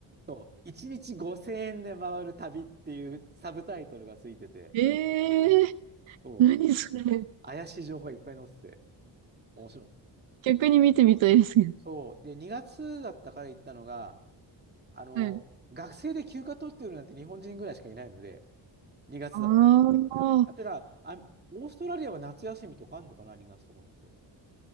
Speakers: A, on the right; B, on the right.
A: そう、1日5000円で回る旅っていうサブタイトルがついてて、
B: ええ
A: そう、
B: 何それ。
A: 怪しい情報がいっぱい載ってて、面白い。
B: 逆に見てみたいですけど。
A: そう、で、2月だったから行ったのが、あの、
B: はい。
A: 学生で休暇取ってるなんて日本人ぐらいしかいないので、2月だから。
B: ああ、
A: あてだ、あ、オーストラリアは夏休みとかあんのかな、2月とかだと。